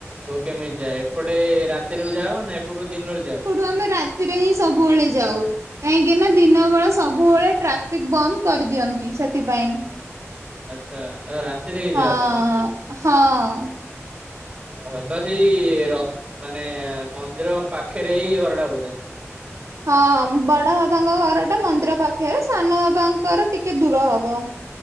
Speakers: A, on the right; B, on the right.
A: କେମିତି ଯାଏ ଏପଟେ ରାତିରୁ ଯାଅ ନା ଏପଟୁ ଦିନରୁ ଯାଅ।
B: ପଟୁ ଆମେ ରାତିରେ ହିଁ ସବୁବେଳେ ଯାଉ। କାହିଁକି ନା ଦିନ ବେଳେ ସବୁବେଳେ ଟ୍ରାଫିକ ବନ୍ଦ କରିଦିଅନ୍ତି ସେଥିପାଇଁ।
A: ଆଚ୍ଛା ରାତିରେ ହିଁ
B: ହଁ
A: ଯାଅ ତାହେଲେ
B: ହଁ।
A: ଓହୋ ତ ସେଇ ର ମାନେ ମନ୍ଦିରଙ୍କ ପାଖରେ ହିଁ ଘରଟା ବୋଧେ।
B: ହଁ ବଡ ବାବାଙ୍କ ଘର ଟା ମନ୍ଦିର ପାଖରେ ସାନ ବାବାଙ୍କର ଟିକେ ଦୂର ହବ।